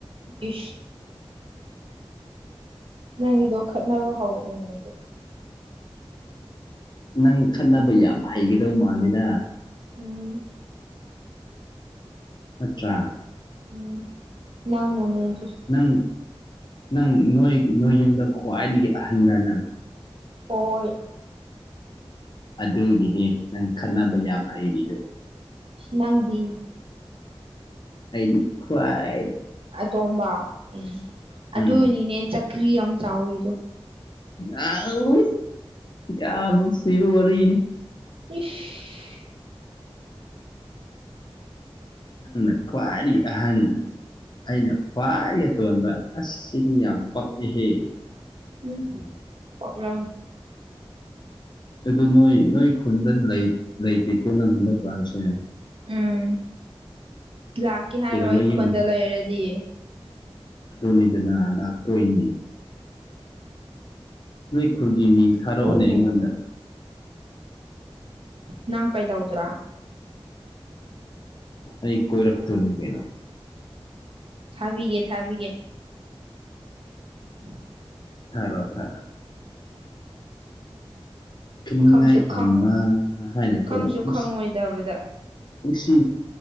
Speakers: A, on the right (about 65°); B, on the left (about 50°).
A: ꯏ ꯅꯪꯒꯤꯗꯣ ꯈꯠꯅꯕ ꯍꯧꯕꯅꯦꯗꯣ
B: ꯅꯪ ꯈꯠꯅꯕ ꯌꯥꯝ ꯍꯩꯒꯗꯧ ꯃꯥꯜꯂꯤꯗ
A: ꯎꯝ
B: ꯑꯆꯥ
A: ꯎꯝ ꯅꯪꯅꯅꯦ ꯑꯗꯨꯁꯨ
B: ꯅꯪ ꯅꯪ ꯅꯣꯏ ꯅꯣꯏ ꯌꯨꯝꯗ ꯈ꯭ꯋꯥꯏꯗꯒꯤ ꯑꯍꯟꯒ ꯅꯪ
A: ꯑꯣꯏꯣꯏ
B: ꯑꯗꯨꯒꯤꯅꯦ ꯅꯪ ꯈꯟꯅꯕ ꯌꯥꯝ ꯍꯩꯔꯤꯗꯨꯣ
A: ꯁ ꯅꯪꯗꯤ
B: ꯑꯩꯗꯤ ꯈ꯭ꯋꯥꯏ
A: ꯑꯇꯣꯝꯕ ꯎꯝ
B: ꯎꯝ
A: ꯑꯗꯨꯅꯤꯅꯦ ꯆꯀ꯭ꯔꯤ ꯌꯥꯝ ꯆꯥꯎꯔꯤꯗꯣ
B: ꯌꯥꯎ ꯌꯥꯨ ꯁꯤꯔ ꯋꯥꯔꯤꯅꯤ
A: ꯄꯁ
B: ꯅꯪ ꯅ ꯈ꯭ꯋꯥꯔꯤ ꯑꯍꯟ ꯑꯩꯅ ꯔꯤ ꯑꯇꯣꯟꯕ ꯑꯁꯤꯗꯤ ꯌꯥꯝ ꯄꯛꯏꯍꯦ
A: ꯎꯝ ꯄꯣꯛꯂꯝ
B: ꯑꯗꯨ ꯅꯣꯏ ꯅꯣꯏ ꯈꯨꯟꯗ ꯂꯩꯇꯦꯀꯣ ꯅꯪ ꯍꯟꯗꯛꯀꯥꯟꯁꯦ
A: ꯎꯝ ꯂꯥꯛꯀꯦ ꯍꯥꯏꯔꯣ
B: ꯀꯩꯗꯧꯉꯩ
A: ꯑꯩ
B: ꯌꯨꯝ
A: ꯈꯨꯣꯟꯗ ꯂꯩꯔꯗꯤ
B: ꯑꯗꯨꯅꯤꯗꯅ ꯂꯥꯛꯇꯣꯏꯅꯤ ꯅꯣꯏ ꯈꯨꯨꯔꯒꯤ ꯃꯤ ꯊꯥꯔꯛꯑꯣꯅꯦ
A: ꯑꯣ
B: ꯑꯩꯉꯣꯟꯗ
A: ꯅꯪ ꯀꯩꯗꯎꯗ꯭ꯔꯥ
B: ꯑꯩ ꯀꯣꯏ ꯔꯛꯇꯛꯇꯅꯤ ꯀꯩꯅꯅ
A: ꯊꯥꯕꯤꯒꯦ ꯊꯥꯕꯤꯒꯦ ꯎ
B: ꯊꯔ ꯊꯔ ꯀꯤꯉꯥꯏ
A: ꯈꯪꯁꯨ ꯈꯪꯉꯨ
B: ꯑꯃ ꯍꯥꯏꯅꯀꯣ
A: ꯈꯪꯁꯨ
B: ꯃꯤꯁ
A: ꯈꯪꯉꯣꯏꯗꯕꯗ
B: ꯑꯣꯁꯤ